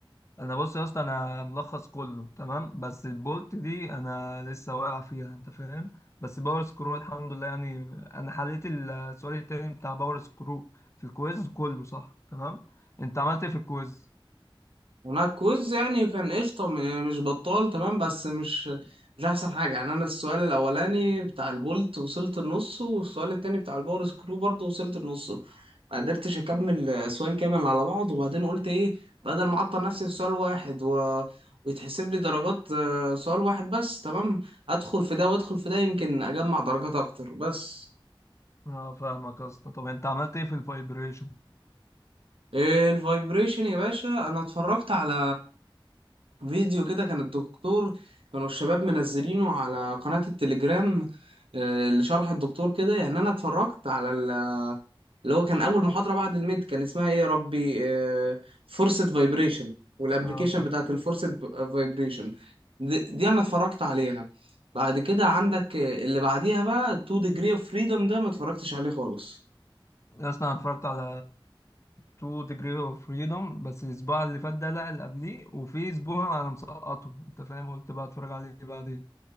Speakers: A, on the left; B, on the right.
A: انا بص يا اسطى انا ملخص كله تمام بس البولت دي انا لسه واقع فيها انت فاهم بس باور سكرو الحمد لله يعني انا حليت السؤال التاني بتاع باور سكرو في الكويز كله صح تمام انت عملت ايه في الكويز
B: وماركوز يعني كان قشطة م- مش بطال تمام بس مش مش أحسن حاجة يعني أنا السؤال الأولاني بتاع البولت وصلت النص والسؤال التاني بتاع الباور سكرو برضه وصلت النص ما قدرتش أكمل سؤال كامل على بعض وبعدين قلت إيه بدل ما أعطل نفسي في سؤال واحد و... ويتحسب لي درجات آه، سؤال واحد بس تمام أدخل في ده وأدخل في ده يمكن أجمع درجات أكتر بس
A: اه فاهمك يا اسطى طب انت عملت ايه في الفايبريشن
B: إيه الفايبريشن يا باشا أنا اتفرجت على فيديو كده كان الدكتور كانوا الشباب منزلينه على قناة التليجرام آه، لشرح الدكتور كده يعني انا اتفرجت على ال- اللي هو كان اول محاضرة بعد الميد كان اسمها ايه يا ربي فورسد فايبريشن والابلكيشن
A: اه تمام
B: بتاعت الفورسد فايبريشن دي, دي انا اتفرجت عليها بعد كده عندك آه، اللي بعديها بقى 2 degree of freedom ده ما اتفرجتش عليه خالص
A: يا اسطى انا اتفرجت على 2 degree of freedom بس الاسبوع اللي فات ده لا اللي قبليه وفي اسبوع انا مسقطه انت فاهم قلت بقى اتفرج عليه بعدين